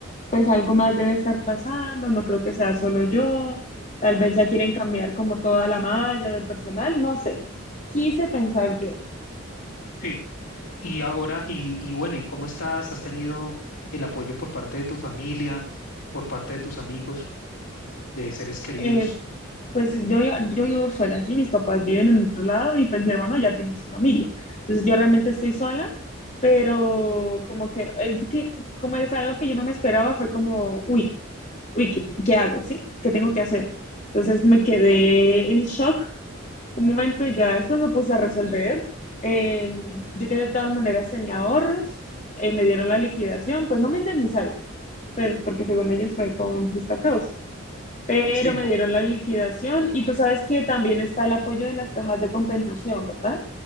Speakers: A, on the left; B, on the left.
A: pues algo más debe estar pasando, no creo que sea solo yo, tal vez ya quieren cambiar como toda la malla de personal, no sé, quise pensar yo.
B: Sí. Y ahora, y, y bueno, ¿y cómo estás? ¿Has tenido el apoyo por parte de tu familia, por parte de tus amigos, de seres queridos?
A: Eh, pues yo, vi- yo vivo sola, sí, mis papás viven en otro lado y pues mi hermano ya tiene su familia. Entonces yo realmente estoy sola, pero como que, es que, como fue algo que yo no me esperaba, fue como, uy, uy, ¿qué, qué hago? ¿Sí? ¿Qué tengo que hacer? Entonces me quedé en shock un momento y ya después me puse a resolver. Eh, yo de todas maneras tenía ahorros, eh, me dieron la liquidación, pues no me indemnizaron, pero, porque según ellos fue con justa causa pero
B: Sí.
A: me dieron la liquidación y tú sabes que también está el apoyo de las cajas de compensación, ¿verdad?